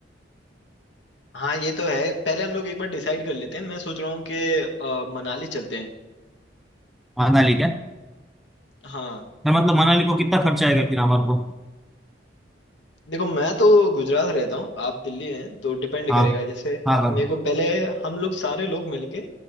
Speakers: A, on the left (about 70°); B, in the centre.
A: हाँ ये तो है पहले हम लोग एक बार डिसाइड कर लेते हैं मैं सोच रहा हूँ कि अ, मनाली चलते हैं
B: मनाली क्या
A: हाँ
B: ना मतलब मनाली को कितना खर्चा आएगा फिर हमारे को
A: देखो मैं तो गुजरात रहता हूँ आप दिल्ली हैं तो डिपेंड
B: हाँ
A: करेगा जैसे
B: हाँ बराबर
A: मेरे को पहले हम लोग सारे लोग मिलके